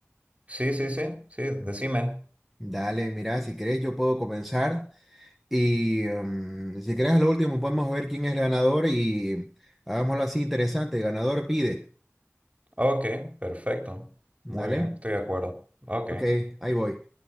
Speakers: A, on the right; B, in the centre.
A: Sí, sí, sí, sí, decime.
B: Dale, mira, si querés yo puedo comenzar y em, si querés a lo último podemos ver quién es el ganador y hagámoslo así interesante. ganador pide.
A: Ok, perfecto. Muy
B: Dale.
A: bien, estoy de acuerdo. Ok.
B: Ok, ahí voy.